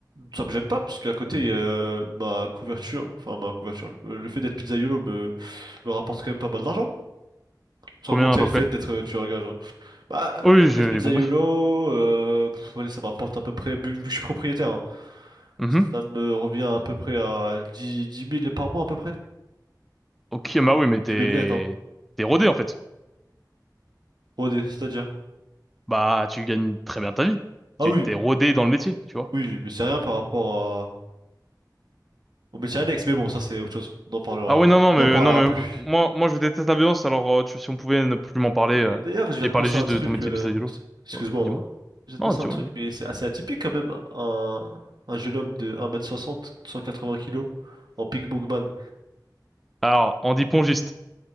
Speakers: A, on the right; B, in the centre.
A: ça me gêne pas parce qu'à côté, euh, ma couverture, enfin ma couverture, euh, le fait d'être pizzaïolo me, me rapporte quand même pas mal d'argent. Sans
B: Combien
A: compter
B: à peu
A: le
B: près?
A: fait d'être euh, tueur à gage. Hein. Bah, euh,
B: Oui, je-
A: être pizzaïolo,
B: j'ai compris.
A: euh, pff, allez, ça me rapporte à peu près, vu vu que je suis propriétaire, hein,
B: Mhm.
A: ça me revient à peu près à 10 10 000 par mois à peu près.
B: Ok, bah oui, mais t'es,
A: dix mille net, hein.
B: t'es rodé, en fait.
A: Rodé, c'est-à-dire.
B: Bah, tu gagnes très bien ta vie.
A: Ah
B: Tu
A: oui,
B: t'es rodé dans le métier, tu vois.
A: oui, mais c'est rien par rapport à... au métier annexe, mais bon, ça c'est autre chose. On en parlera,
B: Ah ouais, non, non,
A: on
B: mais
A: en parlera
B: non, mais
A: plus.
B: moi, moi, je déteste la violence. Alors, euh, tu, si on pouvait ne plus m'en parler
A: Mais
B: euh,
A: d'ailleurs, je viens
B: et
A: de
B: parler
A: penser
B: juste
A: à un truc.
B: de ton métier
A: euh,
B: de pizzaïolo.
A: Excuse-moi.
B: Ouais, dis-moi.
A: hein. Je viens de
B: Non,
A: penser
B: dis-moi,
A: à un truc,
B: dis-moi.
A: mais c'est assez atypique quand même. Un, un jeune homme de 1m60, 180 kilos, en Pink Bookman.
B: Alors, on dit pongiste.